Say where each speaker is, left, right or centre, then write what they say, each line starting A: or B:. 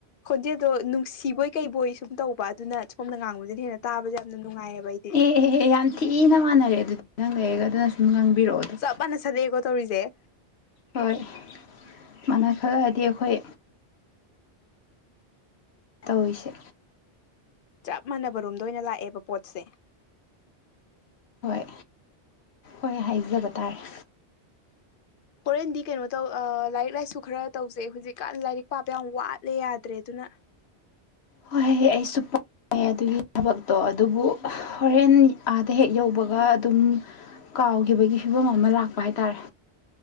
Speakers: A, on the left; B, on the left.
A: ꯈꯣꯟꯖꯦꯜꯗꯣ ꯅꯨꯡꯁꯤꯕꯣꯏ ꯀꯩꯕꯣꯏ ꯁꯨꯝ ꯇꯧꯕ ꯑꯗꯨꯅ ꯁꯣꯝꯅ ꯉꯥꯡꯕꯗꯅ ꯍꯦꯟꯅ ꯇꯥꯕꯁꯦ ꯌꯥꯝꯅ ꯅꯨꯡꯉꯥꯏꯌꯦꯕ ꯑꯩ
B: ꯑꯦꯍꯦꯦ ꯌꯥꯝ ꯊꯤꯅ ꯃꯥꯟꯅꯔꯦ ꯑꯗꯨꯗꯤ ꯅꯪ ꯂꯩꯩꯑꯒ ꯑꯗꯨꯅ ꯁꯨꯝ ꯉꯥꯡꯕꯤꯔꯛꯑꯣ ꯑꯗꯨꯣ
A: ꯆꯄꯥꯥꯟ ꯅꯁꯗꯦꯀꯣ ꯇꯧꯔꯤꯁꯦ
B: ꯍꯣꯏ ꯃꯅꯥ ꯈꯜꯂꯛꯑꯗꯤ ꯑꯩꯈꯣꯏ ꯇꯧꯔꯤꯁꯦ
A: ꯆꯞ ꯃꯥꯟꯅꯕ ꯔꯣꯝꯗ ꯑꯣꯏꯅ ꯂꯥꯛꯑꯦꯕ ꯄꯣꯠꯁꯦ
B: ꯍꯣꯏ ꯍꯣꯏ ꯍꯥꯏꯖꯕ ꯇꯥꯔꯦ
A: ꯍꯣꯔꯦꯟꯗꯤ ꯀꯩꯅꯣ ꯇꯧ ꯂꯥꯏꯔꯤꯛ ꯂꯥꯏꯁꯨ ꯈꯔ ꯇꯧꯖꯩ ꯍꯧꯖꯤꯛꯀꯥꯟ ꯂꯥꯏꯔꯤꯛ ꯄꯥꯕ ꯌꯥꯝ ꯋꯥꯠꯂꯦ ꯌꯥꯗ꯭ꯔꯦ ꯑꯗꯨꯅ
B: ꯍꯣꯏ ꯍꯣꯏ ꯍꯦ ꯑꯩꯁꯨ ꯄ ꯑꯗꯨꯒꯤ ꯊꯕꯛꯇꯣ ꯑꯗꯨꯕꯨ ꯍꯣꯔꯦꯟ ꯑꯥꯗ ꯍꯦꯛ ꯌꯧꯕꯒ ꯑꯗꯨꯝ ꯀꯥꯎꯈꯤꯕꯒꯤ ꯐꯤꯕꯝ ꯑꯃ ꯂꯥꯛꯄ ꯍꯥꯏꯇꯥꯔꯦ